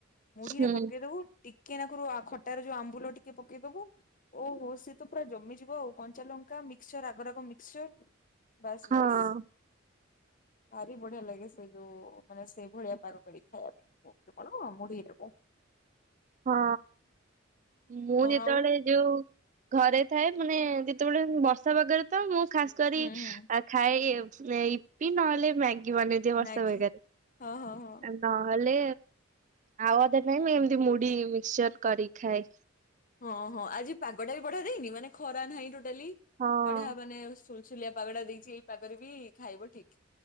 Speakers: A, on the left; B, on the right.
A: ମୁଢିରେ
B: ହୁଁ
A: ପକେଇଦବୁ ଟିକ୍ ଟିକେ ନାକୁରୁ ଖଟାର ଯୋଉ ଆମ୍ବୁଲ ଟିକେ ପକେଇଦବୁ ଓହୋ ସିଏ ତ ପୁରା ଜମିଯିବ ଆଉ। କଞ୍ଚା ଲଙ୍କା ମିକ୍ସଚର ରାଗ ରାଗ ମିକ୍ସଚର ବାସ୍
B: ହଁ
A: ବାସ୍। ଭାରି ବଢିଆ ଲାଗେ ସେ ଯୋଉ ମାନେ ସେଇ ଭଳିଆ ପାଗ କରିକି ଖାଇବା ପାଇଁ। କଣ ଅ ମୁଢ଼ି କଣ
B: ହଁ ମୁଁ ଯେତେବେଳେ
A: ଆଉ
B: ଯୋଉ ଘରେ ଥାଏ ମାନେ ଯେତେବେଳେ ବର୍ଷା ବାଗରେ ଥାଉ ମୁଁ ଖାସ କରି
A: ହୁଁ ହୁଁ।
B: ଖାଏ। ଏ ଇପି ନ ହେଲେ ମାଗି। <unintelligible>
A: ମ୍ୟାଗି ହଁ ହଁ ହଁ।
B: ନହେଲେ ଆଉ ଅଧେ ନାଇଁ ମୁ ଏମତି ମୁଡ୍ ଡି ମିକ୍ସଚର କରି ଖାଏ।
A: ହଁ ହଁ ଆଜି ପାଗଟା ବି ବଢୀୟା ଦେଇନି। ମାନେ ଖରା ନାହିଁ ଟୋ ଡେଲି
B: ହଁ
A: ବଢିଆ। <unintelligible> ସୁଲିଆ ପାଗଟା ଦେଇଛି ଏଇ ପାଗରେ ବି ଖାଇବ ଠିକ୍।